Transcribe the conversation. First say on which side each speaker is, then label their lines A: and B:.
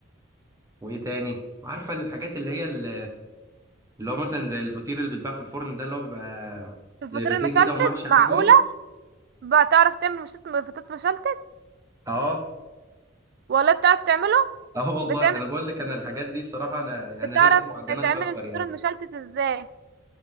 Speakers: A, on the right; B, on the right.
A: وايه تاني عارفه الحاجات اللي هي ال- اللي هو مثلا زي الفطير اللي بيتباع في الفرن ده اللي هو بيبقى
B: الفطير
A: زي باتيه
B: المشلتت
A: كده ومحشي عجوه
B: معقولة بتعرف تعمل مشت- فطير مشلتت
A: اه
B: والله بتعرف تعمله
A: اه والله
B: بتعمل
A: انا بقول لك انا الحاجات دي الصراحه انا انا
B: بتعرف
A: ليا في المعجنات
B: تعمل
A: اكتر
B: الفطير
A: يعني
B: المشلتت ازاي